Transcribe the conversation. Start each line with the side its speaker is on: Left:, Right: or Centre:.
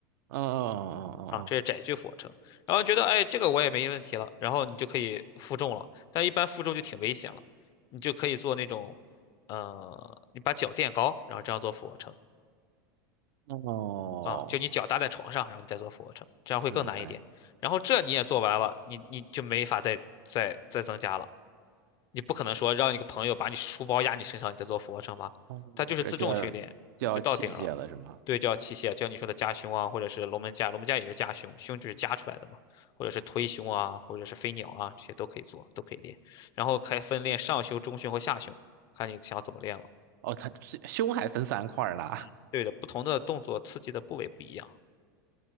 Right: 哦哦哦
Left: 啊，这是窄距俯卧撑。然后觉得哎，这个我也没问题了，然后你就可以负重了，但一般负重就挺危险了，你就可以做那种，呃，你把脚垫高，然后这样做俯卧撑
Right: 哦哦哦，
Left: 啊，就你脚搭在床上，然后你再做俯卧撑，这样会更难一点。
Right: 明白，
Left: 然后这你也做完了，你你就没法再再再增加了。你不可能说让一个朋友把你书包压你身上，你再做俯卧撑吧？
Right: 哦，
Left: 它就是自重训练，
Right: 这就要就要器械了是吗？
Left: 你就到顶了。对叫器械，叫你说的夹胸啊，或者是龙门架，龙门架也是夹胸，胸就是夹出来的嘛，或者是推胸啊，或者是飞鸟啊，这些都可以做，都可以练。然后还分练上胸、中胸和下胸，看你想怎么练了。
Right: 哦，它这胸还分三块儿呢。
Left: 嗯，对的，不同的动作刺激的部位不一样。